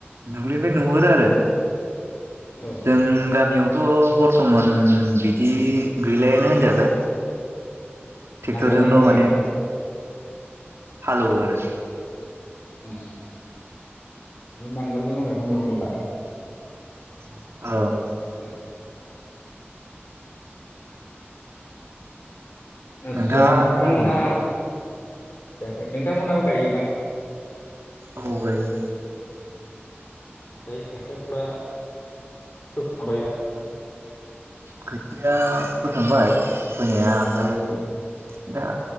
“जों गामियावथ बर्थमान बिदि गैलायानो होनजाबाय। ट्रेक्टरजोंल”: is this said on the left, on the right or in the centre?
Right